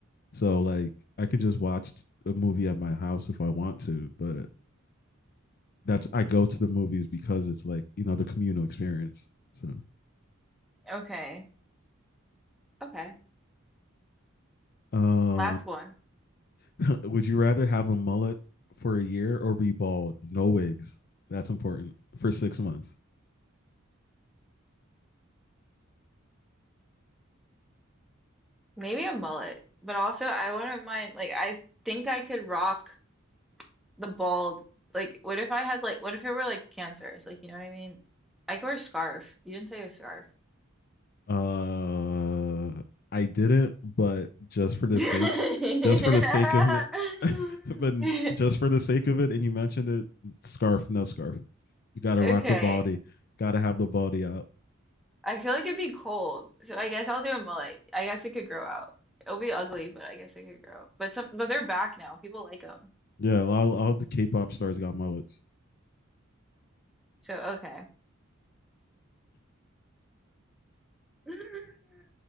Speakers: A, on the left; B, in the centre.
A: So like I can just watch a movie at my house if I want to, but that's I go to the movies because it's like, you know, the communal experience. So
B: Okay. Okay.
A: um
B: Last one.
A: <laughs> would you rather have a mullet for a year or be bald? No wigs. That's important for six months.
B: Maybe a mullet, but also I wouldn't mind like I think I could rock the bald. Like what if I had like what if it were like cancers? Like you know what I mean? I could wear a scarf. You didn't say a scarf.
A: Uh, I didn't, but just for the
B: <laughs>
A: sake, just for the sake of it, <laughs> but just for the sake of it, and you mentioned it, scarf, no scarf. You got to rock
B: Okay.
A: the baldy. Got to have the baldy out.
B: I feel like it'd be cold, so I guess I'll do a mullet. I guess it could grow out. It'll be ugly, but I guess it could grow. But some, but they're back now. People like them,
A: Yeah, all, all the K-pop stars got mullets.
B: so okay. <laughs>